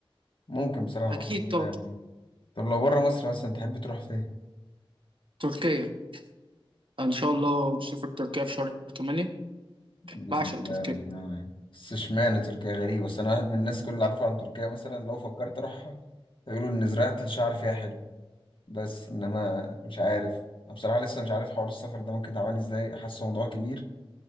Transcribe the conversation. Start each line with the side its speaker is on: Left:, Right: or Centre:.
Left: ممكن بصراحه
Right: أكيد
Left: افكر في
Right: طبعا
Left: الحاجات دي طب لو بره مصر مثلا تحب تروح فين
Right: تركيا إن شاء الله مسافر تركيا في شهر 8
Left: بإذن
Right: بعشق
Left: الله
Right: تركيا
Left: ربنا معاك بس اشمعنى تركيا غريبة بس أنا واحد من الناس كل اللي عارفها عن تركيا مثلا لو فكرت أروحها يقولوا إن زراعة الشعر فيها حلو بس إنما مش عارف أنا بصراحة لسه مش عارف حوار السفر ده ممكن تعمل إزاي حاسه موضوع كبير